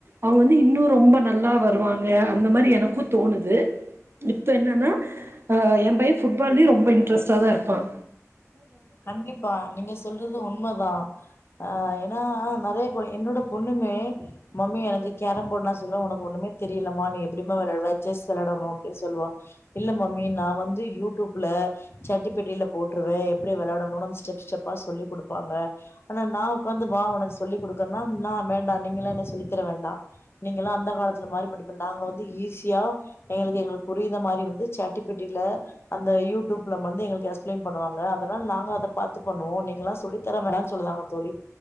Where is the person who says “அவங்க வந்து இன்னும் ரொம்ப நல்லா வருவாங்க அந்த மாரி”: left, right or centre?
Right